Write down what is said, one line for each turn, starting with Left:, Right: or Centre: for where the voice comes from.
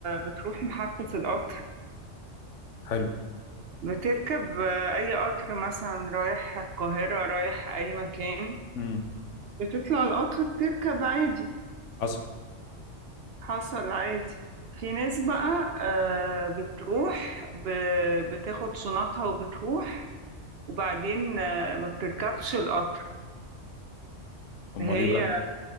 Right: بتروح محطة القطر
Left: حلو
Right: بتركب آه، أي قطر مثلا رايح القاهرة رايح أي مكان
Left: امم
Right: بتطلع القطر بتركب عادي
Left: حصل
Right: حصل عادي في ناس بقى آه، بتروح ب- بتاخد شنطها وبتروح وبعدين آه، ما بتركبش القطر
Left: امال
Right: هي
Left: ايه بقى